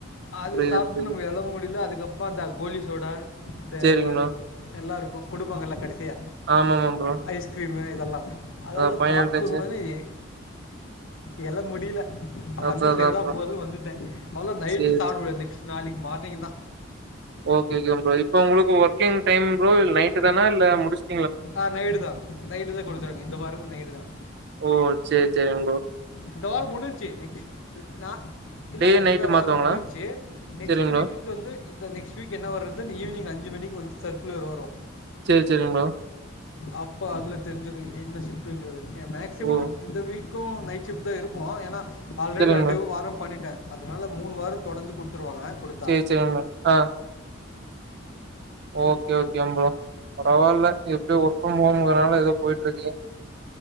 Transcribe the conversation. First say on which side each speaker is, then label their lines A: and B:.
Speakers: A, on the left; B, on the right.
A: அது
B: புரியுது
A: சாப்ட்டு
B: புரியுது.
A: நம்ம எதவு முடியல அதுக்கப்பறமா அந்த கோலி சோடா இத
B: சேரிங்க ப்ரோ.
A: எல்லாருக்கு கொடுப்பாங்கல்ல கடைசியா
B: ஆமாமா ப்ரோ.
A: ஐஸ்கிரீமு இதெல்லா அதெல்லா
B: அதா ஃபைனல்
A: சாப்பிட்ட
B: டச்சு
A: உடனேயே என்னால முடியல வந்து
B: அதா அதா
A: சேந்தா
B: ப்ரோ.
A: போது வந்துட்டே அவ்வள நைட்டு
B: சேரி,
A: சாப்பிட
B: சேரி.
A: முடியாது நெக்ஸ்ட் நாளைக்கு மார்னிங் தா
B: ஓகே ஓகே ப்ரோ இப்ப உங்களுக்கு ஒர்க்கிங் டைம் ப்ரோ இல்ல நைட்டு தானா இல்ல முடிச்ச
A: ஆ நைடு தா நைடு தா கொடுத்துறாங்க இந்த வாரமு நைடு தா
B: ஓ செரி செரி உங்கோ
A: இந்த வரோ முடிஞ்ச்சு நெக்ஸ் நா இல்ல
B: டே,
A: இல்ல
B: நைட்டு
A: இந்த வாரோ
B: மாத்துவாங்களா?
A: முடிஞ்ச்சு நெக்ஸ்ட்
B: சரிங்க ப்ரோ.
A: வீக் வந்து இந்த நெக்ஸ்ட் வீக் என்ன வ வருதுன்னு ஈவினங்ஞ்சு மணிக்கு வந்து சர்குலர் வரு
B: செரி செரிங்கா ப்ரோ
A: அப்ப அதுல தெரிஞ்சுரு என்ன ஷ்ப்டன்றது மேக்சிமம்
B: ஓ!
A: இந்த வீக்கு நைட் சிப்ட் தா இருக்கு ஏன்னா ஆல்ரெடி
B: சரிங்க
A: ரெண்டு
B: ப்ரோ.
A: வாரோ பண்ணிட்டே அதனால மூணு வாரோ தொடர்ந்து கொடுத்துருவாங்க கொடுத்தா
B: செரி செரி ஆ ஓகே ஓகே ப்ரோ பெரவால்ல எப்டி ஒர்க் ஃரம் ஹோம்ங்கறனால ஏதோ போயிட்டு இருக்கு